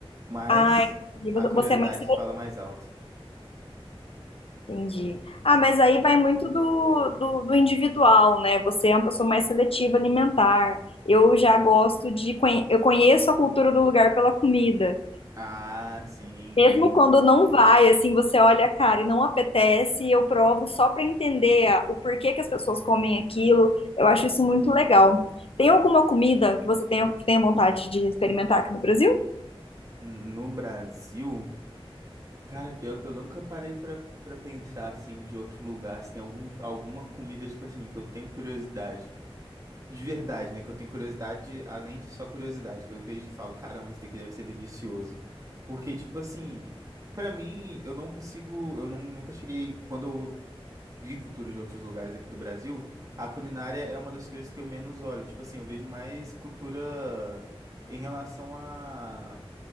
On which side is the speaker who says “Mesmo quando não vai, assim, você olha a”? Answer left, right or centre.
Left